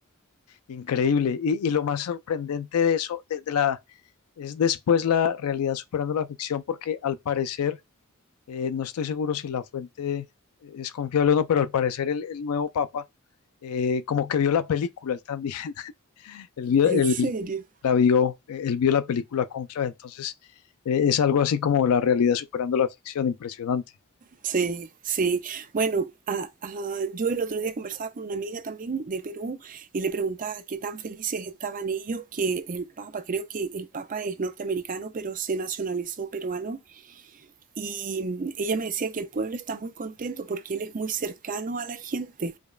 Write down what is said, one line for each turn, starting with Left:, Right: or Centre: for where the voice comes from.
Left: Increíble. Y, y lo más sorprendente de eso, de, de la, es después la realidad superando la ficción, porque al parecer, eh, no estoy seguro si la fuente es confiable o no, pero al parecer el, el nuevo papa eh, como que vio la película, él también, <laughs> él vio,
Right: ¿En
Left: él
Right: serio?
Left: la vio, eh, él vio la película Cónclave. Entonces, eh, es algo así como la realidad superando la ficción, impresionante.
Right: Sí, sí. Bueno, ah, ah, yo el otro día conversaba con una amiga también de Perú y le preguntaba qué tan felices estaban ellos que el Papa, creo que el Papa es norteamericano, pero se nacionalizó peruano, Y ella me decía que el pueblo está muy contento porque él es muy cercano a la gente.